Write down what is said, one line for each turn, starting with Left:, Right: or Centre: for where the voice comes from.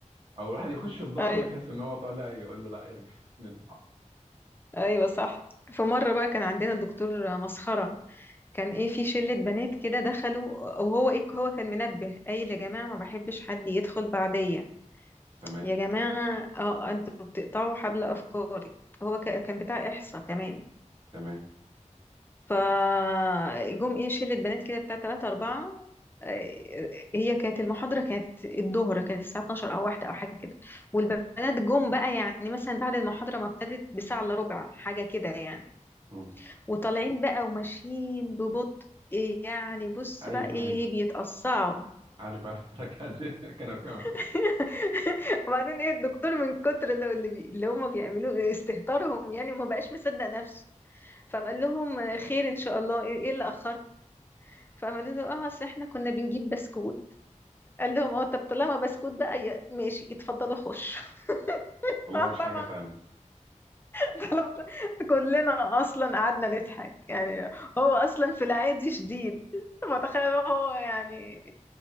Right: او الواحد يخش بظهره
Left: ايوه
Right: يحس ان هو طالع يقول له لا ارجع <laughs> تاني المحاضره
Left: ايوه صح في مره بقى كان عندنا الدكتور مسخره كان ايه في شله بنات كده دخلوا او هو ايه هو كان منبه قايل يا جماعه ما بحبش حد يدخل بعديا
Right: تمام
Left: يا جماعه اه انتوا بتقطعوا حبل افكاري هو ك- كان بتاع احصاء كمان
Right: تمام
Left: فجم ايه شلة بنات كده بتاع تلاتة أربعة آه، هي كانت المحاضرة كانت الظهر كانت الساعة 12 أو واحدة أو حاجة كده والبنات جم بقى يعني مثلا بعد المحاضرة ما ابتدت بساعة إلا ربع حاجة كده يعني
Right: مم.
Left: وطالعين بقى وماشيين ببطء إيه يعني بص
Right: ايوه
Left: بقى ايه
Right: ايوه
Left: بيتقصعوا
Right: عارف عارف <laughs> كان- كانوا بيعملوا
Left: <laughs> وبعدين ايه الدكتور من كتر اللي, اللي بي- اللي هم بيعملوه استهتارهم يعني ما بقاش مصدق نفسه فقال لهم خير ان شاء الله ايه إيه اللي اخركم فعملوا له اه اصل احنا كنا بنجيب بسكوت قال لهم اه طب طالما بسكوت بقى ي- ماشي اتفضلوا خش <laughs>
Right: والله مش
Left: طبعا
Right: حاجه تانية
Left: طالما مش- <laughs> كلنا اصلا قعدنا نضحك يعني هو اصلا في العادي شديد فتخيل هو يعني